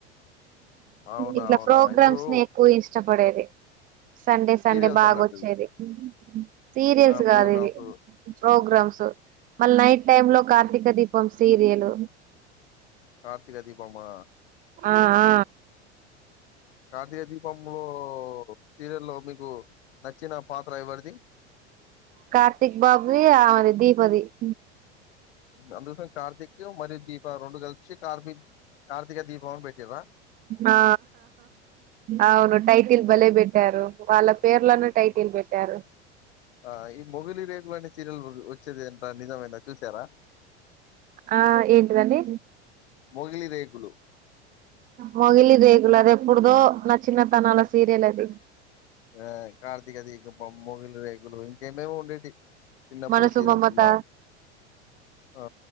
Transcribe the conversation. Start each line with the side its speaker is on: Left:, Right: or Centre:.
Left: అవునా!
Right: ఇట్లా
Left: అవునా!
Right: ప్రోగ్రామ్స్
Left: ఇప్పుడు
Right: నే ఎక్కువ ఇష్ట పడేది సండే సండే
Left: సీరియల్స్
Right: బాగాొచ్చేది
Left: అన్నట్టు.
Right: సీరియస్
Left: ఆ! ప్రోగ్రామ్స్
Right: కాదు ఇది ప్రోగ్రామ్స్ మళ్ళ నైట్ టైమ్ లో కార్తీక
Left: ఆహ్,
Right: దీపం సీరియల్
Left: కార్తక దీపమా
Right: ఆ ఆ
Left: కార్తీక దీపంలో సీరియల్ మీకు నచ్చిన పాత్ర ఎవరిది?
Right: కార్తిక్ బాబుది ఆమెది దీపది <inaudible>
Left: అందుకోసం 'కార్తీక్' మరియు 'దీప' కలిపి 'కార్తీ కార్తీక దీపం' అని పెట్టిర్రా?
Right: ఆ అవును టైటిల్
Left: హ్మ్.
Right: బలేపేట్టారు వాళ్ళ పేర్లలను టైటిల్ పెట్టారు
Left: ఆ ఈ మొగిలి రేకుగు అనీ సీరియల్ వచ్చేది ఏంట నిజమేనా చూసారా
Right: ఆ ఏంటిదండి
Left: మొగిలి రేకులు
Right: మొగిలి రేకులు అదేప్ ప్పుడుదో నా చిన్న తానాల సీరియల్ అది
Left: ఆ కార్తీక దీకపం మొగిలి రేకులు ఇంకేమేమో ఉండేటి చిన్నప్పుడు
Right: మనసు
Left: సీరియల్స్
Right: మమత
Left: మా ఆ